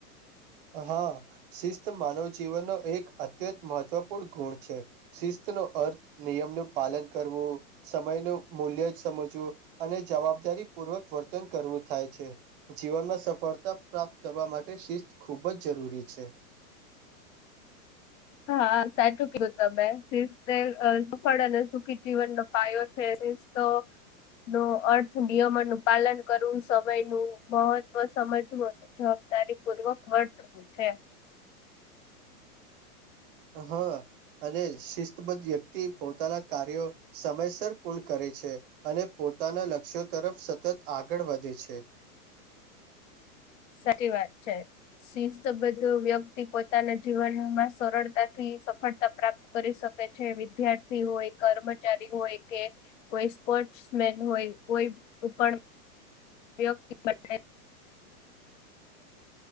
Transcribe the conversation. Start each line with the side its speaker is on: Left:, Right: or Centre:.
Right: હા શિસ્ત માનવ જીવનનો એક અત્યંત મહત્વપૂર્ણ ગુણ છે શિસ્ત નો અર્થ નિયમ નુ પાલન કરવું, સમય નું મૂલ્ય જ સમજવું અને જવાબદારી પૂર્વક વર્તન કરવું થાય છે જીવનમાં સફળતા પ્રાપ્ત કરવા માટે શિસ્ત ખૂબ જ જરૂરી છે.
Left: હા સાચું કીધું તમે શિસ્ત અ સફળ અને સુખી જીવનનો પાયો છે શિસ તો નો અર્થ નિયમો નું પાલન કરવું સમય નું મહત્વ સમજવું <unintelligible> દારી પૂર્વક વડ થુંવુ છે
Right: હા અને શિસ્તબદ્ધ વ્યક્તિ પોતાના કાર્યો સમયસર પૂર્ણ કરે છે અને પો પોતાના લક્ષ્યો તરફ સતત આગળ વધે છે.
Left: સારી વાત છે શિસ્તબદ્ધ વ્યક્તિ પોતાના જીવનમાં સરળતાથી સફળતા પ્રાપ્ત કરી શકે છે વિદ્યાર્થી હોય, કર્મચારી હોય, કે કોઈ સ્પો પોસ્ટ્સમેન હોય કોઈ કુ પણ વ્યક્તિ <unintelligible>